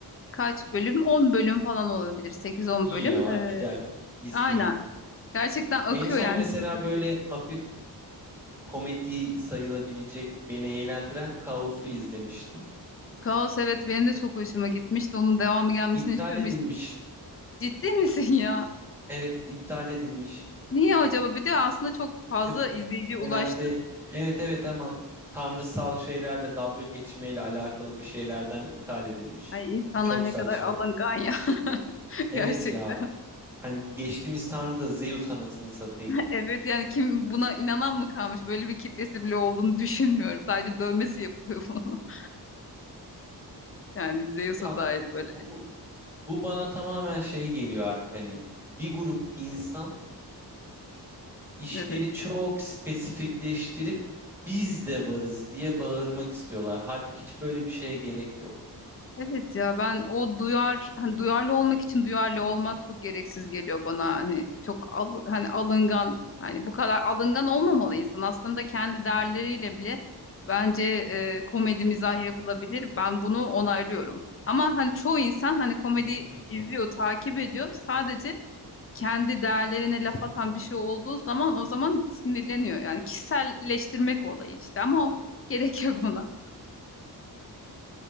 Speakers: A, on the left; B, in the centre.
A: kaç bölüm? on bölüm falan olabilir. sekiz on
B: İyi
A: bölüm.
B: ya
A: Ee,
B: gider izleyeyim.
A: aynen. Gerçekten akıyor
B: En son
A: yani
B: mesela
A: hızlı
B: böyle
A: bitir.
B: hafif komedi sayılabilecek beni eğlendiren Kaos'u izlemiştim.
A: Kaos evet benim de çok hoşuma gitmişti. Onun devamı gelmesini
B: İptal
A: istiyorum.
B: edilmiş.
A: Hiç- Ciddi <laughs> misin ya?
B: Evet iptal edilmiş.
A: Niye acaba? Bir de aslında çok
B: İşte
A: fazla
B: bu
A: izleyici
B: genelde
A: ulaştı.
B: evet evet ama tanrısal şeylerle dalga geçmeyle alakalı bir şeylerden iptal edilmiş.
A: Ay insanlar
B: Çok
A: ne
B: saçma.
A: kadar alıngan ya <laughs>
B: Evet
A: gerçekten.
B: ya. Hani geçtiğimiz tanrı da Zeus anasını satayım.
A: Evet yani kim buna inanan mı kalmış? Böyle bir kitlesi bile olduğunu düşünmüyorum. Sadece dövmesi yapılıyor bunun. <laughs> Yani Zeus'a
B: Ya
A: dair böyle.
B: bu, bu bana tamamen şey geliyor artık hani bir grup insan işleri
A: Evet.
B: çok spesifikleştirip biz de varız diye bağırmak istiyorlar. Halbuki hiç böyle bir şeye gerek yok.
A: Evet ya ben o duyar hani duyarlı olmak için duyarlı olmak çok gereksiz geliyor bana hani çok al, hani alıngan hani bu kadar alıngan olmamalı insan aslında kendi değerleriyle bile bence e, komedi mizah yapılabilir ben bunu onaylıyorum ama hani çoğu insan hani komedi
B: Kesinlikle.
A: izliyor takip ediyor sadece kendi değerlerine laf atan bir şey olduğu zaman o zaman sinirleniyor yani kişiselleştirmek olayı işte ama o- gerek yok buna